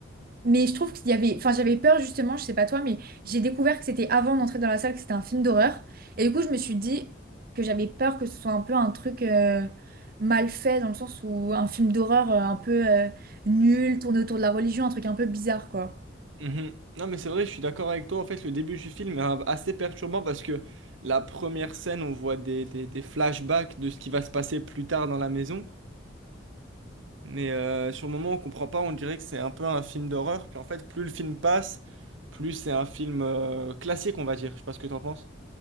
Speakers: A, on the right (about 50°); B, on the right (about 80°).
A: Mais je trouve qu'il y avait, enfin, j'avais peur justement, je sais pas toi, mais j'ai découvert que c'était avant d'entrer dans la salle que c'était un film d'horreur. Et du coup, je me suis dit que j'avais peur que ce soit un peu un truc euh, mal fait dans le sens où un film d'horreur euh, un peu euh, nul, tourné autour de la religion, un truc un peu bizarre quoi.
B: Mhm. Non, mais c'est vrai, je suis d'accord avec toi. En fait, le début du film est un- assez perturbant parce que la première scène, on voit des, des- des flashbacks de ce qui va se passer plus tard dans la maison. Mais euh, sur le moment, on comprend pas, on dirait que c'est un peu un film d'horreur. Puis en fait, plus le film passe, plus c'est un film euh, classique, on va dire. Je sais pas ce que t'en penses.